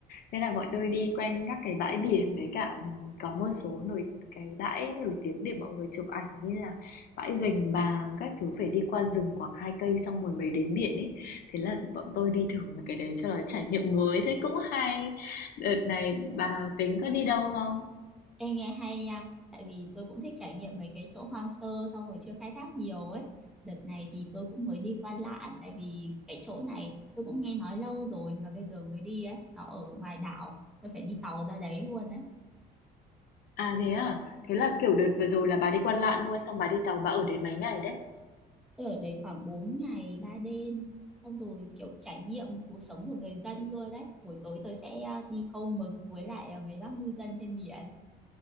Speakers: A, on the left; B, in the centre.
A: Thế là bọn tôi đi quanh các cái bãi biển Với cả ừm, có một số nổi cái bãi nổi tiếng để mọi người chụp ảnh Như là bãi Gành Bàng Các thứ phải đi qua rừng khoảng hai cây Xong rồi mới đến biển ấy Thế là bọn tôi đi thử một cái đấy cho nó trải nghiệm mới Thế cũng hay Đợt này
B: Ờ.
A: bà tính có đi đâu không?
B: Ê nghe hay nha, tại vì tôi cũng thích trải nghiệm mấy cái chỗ hoang sơ xong rồi chưa khai thác nhiều ấy. Đợt này thì tôi cũng mới đi qua Lạn tại vì cái chỗ này tôi cũng nghe nói lâu rồi mà bây giờ mới đi ấy, nó ở ngoài đảo, tôi phải đi tàu ra đấy luôn ấy.
A: À, thế à? Thế là, kiểu, đợt vừa rồi là bà đi Quan Lạn luôn, xong bà đi Tàu bà ở đấy mấy ngày đấy?
B: Tôi ở đấy khoảng 4 ngày 3 đêm, xong rồi kiểu trải nghiệm cuộc sống của người dân luôn đấy. Buổi tối tôi sẽ à, đi câu mực với lại à, mấy bác ngư dân trên biển.